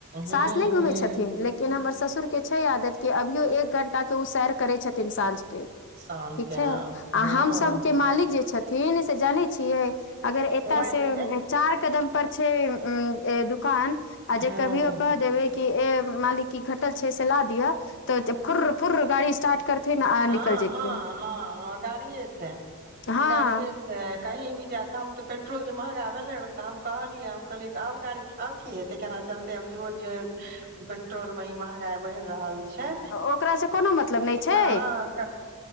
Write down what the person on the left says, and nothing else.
सास नहि घुमै छथिन लेकिन कि हमर ससुर के छैे आदत के अभीयो एक घंटा के उ सैर करे छथिन साँझ के
<inaudible> ठीक छै आ
हम सबके मालिक जे छ छथिन से जानै छियै अगर एतय
से
चार कदम पर छै उ दुकान आ जे
कभीयो कह देबै ए मालिक ई घटल छै से ला दिय तऽ फुर्र फुर्र गाड़ी स्टार्ट करथिन आ
निकल जेथिन
हँ
ओकरासँ कोनो मतलब नहि छै।